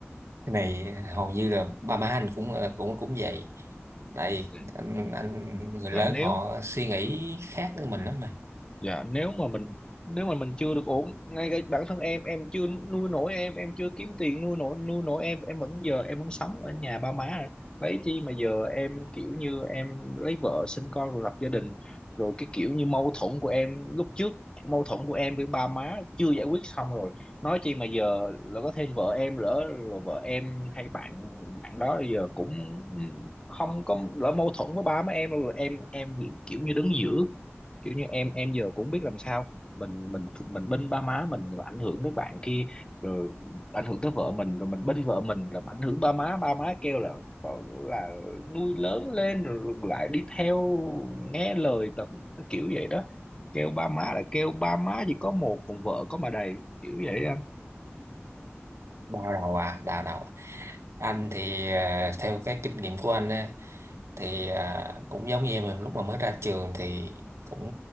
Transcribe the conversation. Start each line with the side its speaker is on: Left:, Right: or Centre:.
Right: cái này hầu như là ba má anh cũng cũng cũng vậy tại
Left: Dạ,
Right: anh, anh người lớn
Left: Dạ, nếu
Right: họ suy nghĩ khác với mình lắm mà
Left: dạ nếu mà mình nếu mà mình chưa được ổn ngay cái bản thân em em chưa nuôi nổi em em chưa kiếm tiền nuôi nổi nuôi nổi em em vẫn giờ em vẫn sống ở nhà ba má rồi. vậy chi mà giờ em kiểu như em lấy vợ sinh con rồi lập gia đình rồi cái kiểu như mâu thuẫn của em lúc trước mâu thuẫn của em với ba má chưa giải quyết xong rồi nói chi mà giờ là có thêm vợ em lỡ rồi vợ em hay bạn bạn đó giờ cũng không có lỡ mâu thuẫn với ba má em rồi em em kiểu như đứng giữa kiểu như em em giờ cũng biết làm sao mình mình mình bênh ba má mình rồi ảnh hưởng tới bạn kia rồi ảnh hưởng tới vợ mình rồi mình bênh vợ mình rồi ảnh hưởng ba má ba má kêu là là nuôi lớn lên rồi lại đi theo nghe lời tầm kiểu vậy đó kêu ba má là kêu ba má chỉ có một còn vợ có mà đầy kiểu vậy anh
Right: đau đầu à đau đầu à. anh thì à, theo cái kinh nghiệm của anh á thì à, cũng giống như mình lúc mà mới ra trường thì cũng